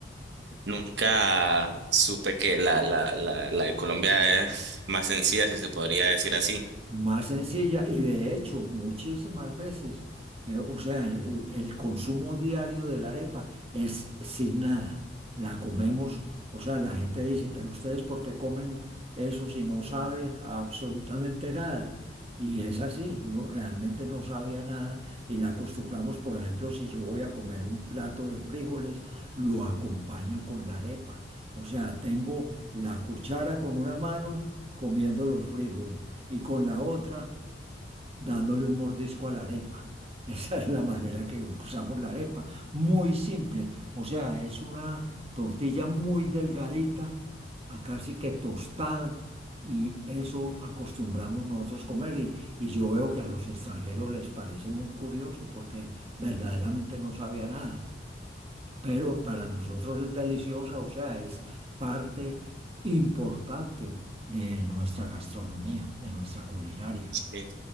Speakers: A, on the right; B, on the right.
A: nunca supe que la, la, la, la de Colombia es más sencilla, si se podría decir así.
B: más sencilla y de hecho muchísimas veces, eh, o sea, el, el consumo diario de la arepa es sin nada, la comemos, o sea, la gente dice, pero ustedes ¿por qué comen eso si no sabe absolutamente nada? Y es así, no, realmente no sabía nada y la acostumbramos, por ejemplo, si yo voy a comer un plato de frijoles, lo acompaño con la arepa, o sea, tengo la cuchara con una mano comiendo los frijoles y con la otra dándole un mordisco a la arepa. <laughs> Esa es la manera que usamos la arepa. Muy simple. O sea, es una tortilla muy delgadita, a casi que tostada. Y eso acostumbramos nosotros comer y, y yo veo que a los extranjeros les parece muy curioso porque verdaderamente no sabía nada. Pero para nosotros es deliciosa, o sea, es parte importante de nuestra gastronomía, de nuestra culinaria.
A: Sí,